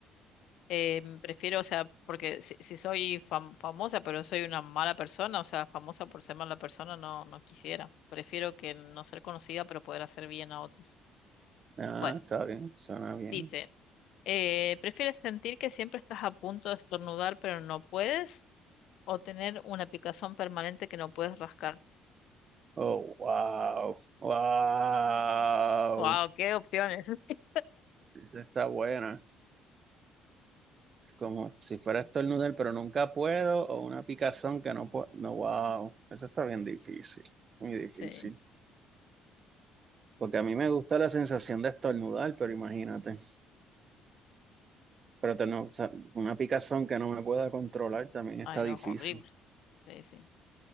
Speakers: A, on the left (about 70°); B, on the right (about 45°).
A: Eh, prefiero, o sea, porque si, si soy fam- famosa, pero soy una mala persona, o sea, famosa por ser mala persona, no, no quisiera. Prefiero que no ser conocida, pero poder hacer bien a otros.
B: Ah,
A: Bueno,
B: está bien, suena bien.
A: dice. Eh, ¿prefieres sentir que siempre estás a punto de estornudar pero no puedes? ¿O tener una picazón permanente que no puedes rascarte?
B: Oh, wow, wow.
A: ¡Wow! ¡Qué opciones! <laughs>
B: Esa está buena. como si fuera a estornudar, pero nunca puedo, o una picazón que no puedo. No, wow, eso está bien difícil, muy difícil.
A: Sí.
B: Porque a mí me gusta la sensación de estornudar, pero imagínate. Pero tener, o sea, una picazón que no me pueda controlar también
A: Ay,
B: está
A: no,
B: difícil.
A: es horrible. Sí, sí.